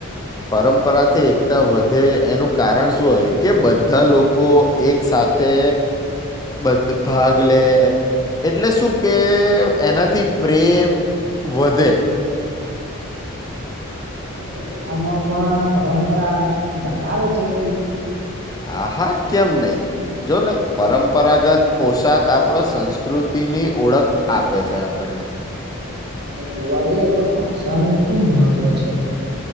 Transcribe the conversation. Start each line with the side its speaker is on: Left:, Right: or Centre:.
Left: પરંપરાથી એકતા વધે એનું કારણ શું હોય. કે બધા લોકો એક સાથે બધ ભાગ લે. એટલે શું કે એનાથી પ્રેમ વધે.
Right: કપિયામાં પણ આમ પરંપરા બતાવે છે કઈ?
Left: હા હા કેમ નહી. જો ને પરંપરાગત પોશાક આપણો સંસ્કૃતિની ઓળખ આપે છે આપણ ન. હને.
Right: અને જોવા જઈએ તો ભાષાનુ શું મહત્વ છે.